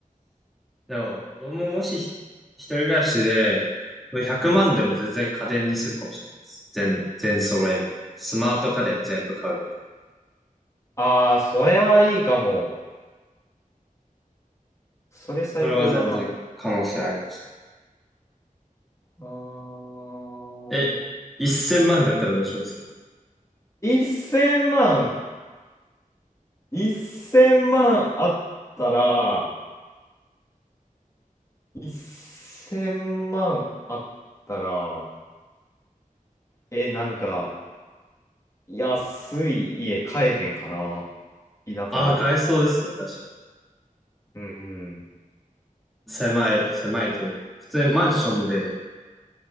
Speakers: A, in the centre; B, on the left.
A: でも、僕ももしひ一人暮らしで、100万でも全然家電にするかもしれないです。
B: うん。
A: 全、全揃えみたいな。スマート家電全部買うみたいな。
B: ああ、それはいいかも。それ最高だな。
A: それは全然可能性ありますね。
B: あー
A: え、1000万だったらどうしますか
B: 1000万。1000万あったら、1000万あったら、え、なんか、安い家買えへんかな。田舎の。
A: ああー、買えそうですね。確かに。
B: うんうん。
A: 狭い、狭いというか。普通にマンションで